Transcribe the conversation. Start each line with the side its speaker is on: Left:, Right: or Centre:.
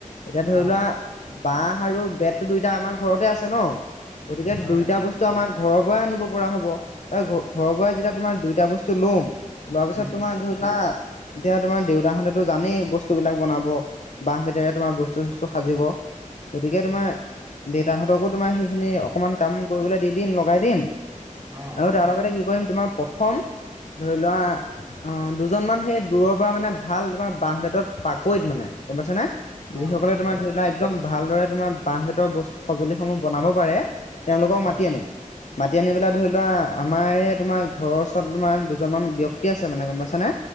Left: এতিয়া ধৰি
Right: অ
Left: লোৱা বাঁহ আৰু বেততো দুইটা আমাৰ ঘৰতে আছে ন' গতিকে
Right: হয়
Left: দুইটা
Right: হয়
Left: বস্তু আমাক ঘৰৰ পৰাই আনিব পৰা হ'ব। ঘ-ঘৰৰ পৰাই যেতিয়া তোমাৰ দুইটা বস্তু লম, লোৱাৰ পিছত
Right: উম
Left: তোমাৰ ধৰি লোৱা এতিয়া তোমাৰ দেউতাহঁতেতো জানেই বস্তুবিলাক বনাব, বাঁহ বেঁত তে তোমাৰ বস্তু চস্তু সাজিব গতিকে
Right: হয়
Left: তোমাৰ দেউতাহতকো তোমাৰ সেইখিনি অকমান কাম কৰিবলৈ দি দিম লগাই দিম
Right: অ
Left: আৰু তাৰ লগতে কি কৰিম তোমাৰ প্ৰথম ধৰি লোৱা অ' দুজনমান সেই দূৰৰপৰা মানে ভাল তোমাৰ বাঁহ বেতত পাকৈত মানে গম পাইছা নে?
Right: অ
Left: যিসকলে তোমাৰ
Right: হয়
Left: ধৰি লোৱা একদম ভালদৰে তোমাৰ বাঁহ বেতৰ বস্তু, সঁজুলিসমূহ বনাব পাৰে। তেওঁলোকক
Right: হয়
Left: মাতি আনিম। মাতি আনি পেলাই ধৰি লোৱা আমাৰ তোমাৰ ঘৰৰ ওচৰত তোমাৰ দুজনমান ব্যক্তি আছে মানে গম পাইছা নে?